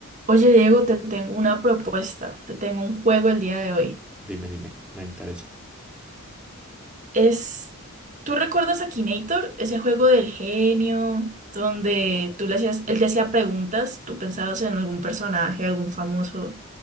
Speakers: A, on the right; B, in the centre.
A: Oye, Diego, te tengo una propuesta, te tengo un juego el día de hoy.
B: Dime, dime, me interesa.
A: Es, ¿tú recuerdas a Kinator? Ese juego del genio, donde tú le hacías, él te hacía preguntas, tú pensabas en algún personaje, algún famoso,